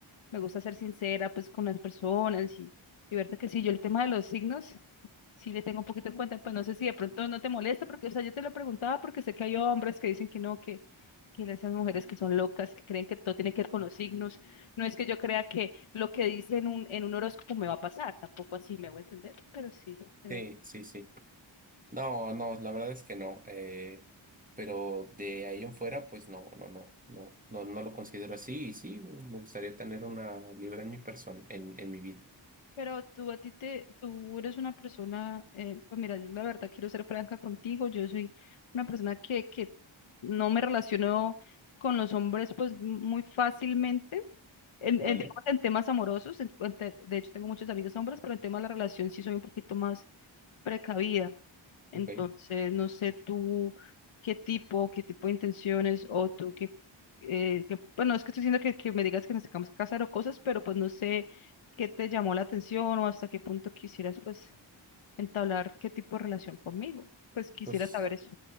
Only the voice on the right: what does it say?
Sí, sí, sí. No, no, la verdad es que no. eh, pero de ahí en fuera, pues no, no, no, no, no, no lo considero así. Y sí, me me gustaría tener una libra en mi persona, en, en mi vida.
¿Vale?
Ok.
Pues